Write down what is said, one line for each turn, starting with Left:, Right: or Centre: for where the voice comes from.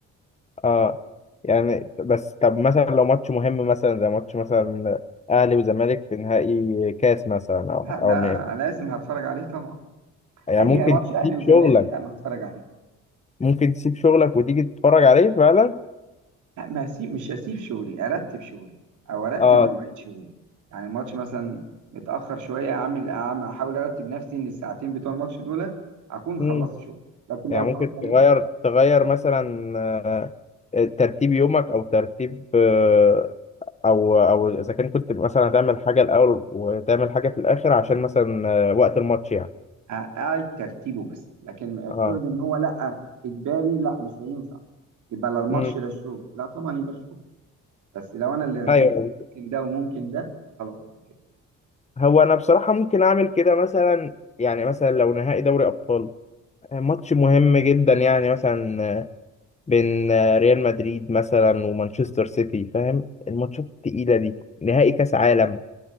Left: اه يعني بس طب مثلا لو ماتش مهم مثلا زي ماتش مثلا اهلي وزمالك في نهائي كاس مثلا او
Right: لا
Left: او
Right: ده
Left: نهائي
Right: لازم هتفرج عليه طبعا
Left: يعني
Right: اي
Left: ممكن
Right: ماتش اهلي
Left: تسيب
Right: وزمالك
Left: شغلك
Right: انا هتفرج عليه
Left: وممكن تسيب شغلك وتيجي تتفرج عليه فعلا
Right: لا ما هسيب مش هسيب شغلي ارتب شغلي او ارتب
Left: اه
Right: مواعيد شغلي يعني الماتش مثلا متاخر شويه اعمل أعمل- احاول ارتب نفسي ان الساعتين بتوع الماتش دولت اكون
Left: مم.
Right: خلصت شغل لكن
Left: يعني
Right: لو
Left: ممكن
Right: حصل
Left: تغير تغير مثلا آه، ترتيب يومك او ترتيب آه، او او اذا كان كنت مثلا هتعمل حاجه الاول وتعمل حاجه في الاخر عشان مثلا آه، وقت الماتش يعني
Right: اقعد ترتيبه بس لكن افترض
Left: اه
Right: ان هو لا اجباري لا مش هينفع يبقى لا الماتش
Left: مم.
Right: لا الشغل لا طبعا يبقى الشغل بس لو انا اللي رتبت
Left: ايوه
Right: ممكن ده وممكن ده خلاص اوكي
Left: هو انا بصراحه ممكن اعمل كده مثلا يعني مثلا لو نهائي دوري ابطال ماتش مهم جدا يعني مثلا بين ريال مدريد مثلا ومانشستر سيتي فاهم الماتشات التقيله دي نهائي كاس عالم